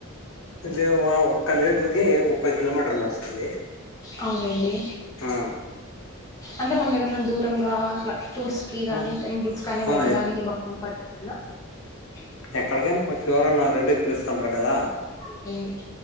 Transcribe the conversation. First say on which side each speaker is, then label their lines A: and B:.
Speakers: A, on the left; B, on the left.
A: ఇది ఒక్క లీటర్కి ముప్పై కిలోమీటర్లు వస్తుంది
B: అవును లెండి
A: ఆ
B: అంటే మనం ఏదన్నా దూరంగా అట్లా టూర్స్ కి గానీ
A: ఆ
B: టెంపుల్స్ కానీ వెళ్ళడానికి
A: ఆ
B: బాగా <unintelligible>
A: ఎక్కడికనా చివరన రెండే ప్రస్ అంటారు కదా
B: అవునులేండి